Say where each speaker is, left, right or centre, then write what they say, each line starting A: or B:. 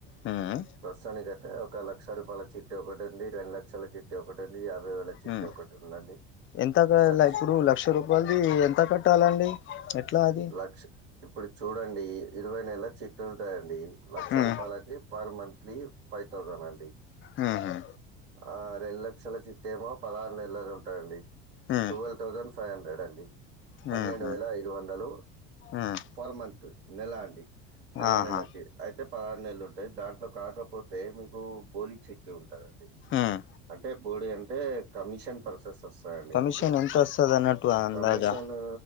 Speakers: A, on the left (about 40°); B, on the right (about 85°).
A: మ్
B: ప్రస్తుతానికి అయితే ఒక లక్ష రూపాయల చిట్టి ఒకటి అండి రెండు లక్షల చిట్టి ఒకటి అండి యాభై వేల చిట్టి
A: మ్
B: ఒకటి ఉందండి
A: ఎంత కాల
B: అచ్చి
A: ఇప్పుడు లక్ష రూ పాల్ది ఎంత కట్టాలండి ఎట్లా అది
B: లక్ష ఇప్పుడు చూడండి ఇరవై నెలల చిట్టి ఉంటాదండి లక్ష
A: మ్
B: రూపాయలకి పర్ మంత్లీ ఫైవ్ థౌజండ్ అండి
A: మ్మ్ హూ
B: ఆ రెండు లక్షల చిట్టేమో పదహారు నెలలు ఉంటాదండి
A: మ్
B: ట్వుల్వ్ థౌజండ్ ఫైవ్ హండ్రెడ్ అండి పన్నెండు
A: మ్హు
B: వేల ఐదు వందలు
A: మ్
B: ఫర్ మంత్ నెలా అండి నెల
A: ఆహా
B: నెలకి అయితే పదహారు నెలలు ఉంటాయి దాంట్లో కాకపోతే మీకు బోలి చిట్టి ఉంటదండి
A: మ్
B: అంటే బోర్డీ అంటే కమిషన్ ప్రాసెస్ అస్తు ఉంటాయ్ అండి
A: కమిషన్
B: మీకు
A: ఎంత వస్తది అన్నట్టు అందాజా
B: కమిషను